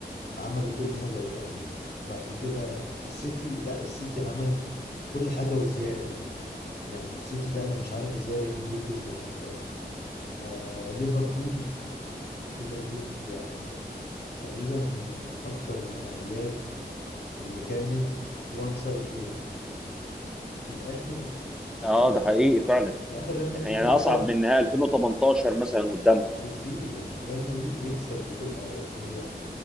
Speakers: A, on the left (about 85°); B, in the centre.
A: عملوا كل حاجة قدامهم بعد كده السيتي لا السيتي عمل كل حاجة وزيادة يعني السيتي ده أنا مش عارف إزاي ريال مدريد كسبه لحد دلوقتي آه ليفربول ليفربول يعني تقريبا من أكتر النهائيات اللي كانت وان سايد جيم في الاخر
B: اه ده حقيقي فعلا
A: في الاخر ريال مدريد
B: يعني
A: بيكسب
B: اصعب من نهائي 2018 مثلا قدامهم
A: بكتير ريال مدريد بيكسب بكل اريحيه